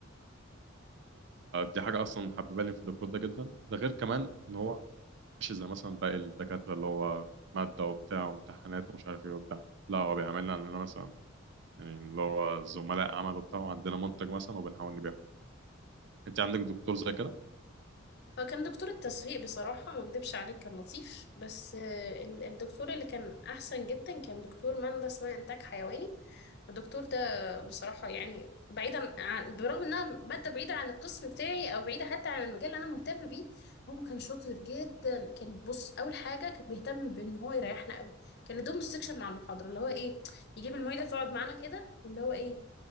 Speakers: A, on the right (about 60°); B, on the left (about 55°).
A: دي حاجة أصلا حببالي في الدكتور ده جدا ده غير كمان إن هو مش زي مثلا باقي الدكاترة اللي هو مادة وبتاع وامتحانات ومش عارف إيه وبتاع لا هو بيعاملنا علينا مثلا يعني اللي هو زملاء عمل وبتاع وعندنا منتج مثلا وبنحاول نبيعه أنت عندك دكتور زي كده؟
B: هو كان دكتور التسويق بصراحة ما اكدبش عليك كان لطيف بس آه، ال- الدكتور اللي كان أحسن جدا كان دكتور ماندة اسمها إنتاج حيواني الدكتور ده بصراحة يعني بعيدا عن برغم إنها مادة بعيدة عن القسم بتاعي أو بعيدة حتى عن المجال اللي أنا مهتم بيه هو كان شاطر جدا كان بص أول حاجة كان بيهتم بإن هو يريحنا قوي كان يدوم السكشن مع المحاضرة اللي هو إيه يجيب المعيدة تقعد معانا كده واللي هو إيه